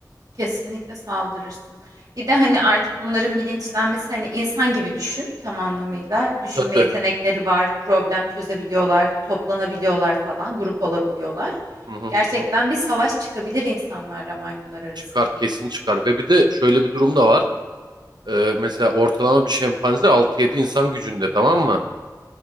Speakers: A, on the right (about 60°); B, on the right (about 75°).
A: Kesinlikle saldırırsın. Bir de hani artık bunların bilinçlenmesi hani insan gibi düşün tam anlamıyla. Düşünme
B: Tabii.
A: yetenekleri var, problem çözebiliyorlar, toplanabiliyorlar falan, grup olabiliyorlar.
B: Hı hı
A: Gerçekten
B: hı. hı.
A: bir savaş çıkabilir insanlarla maymunlar arasında.
B: Çıkar kesin çıkar. Ve bir de şöyle bir durum da var. Ee, mesela ortalama bir şempanze altı yedi insan gücünde tamam mı?